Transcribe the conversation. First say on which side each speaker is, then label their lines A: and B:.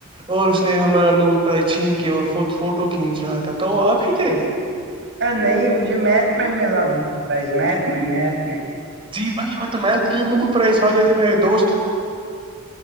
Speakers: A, on the right; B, on the right.
A: اور اس نے ہمارا نوبل پرائز چھین کے اور فوٹو کھینچ رہا تھا تو وہ آپ ہی تھے
B: نہیں مجھے میتھ میں ملا نوبل پرائز میتھ میں میتھ میں
A: جی وہی تویتھ پز و ت میرے دوست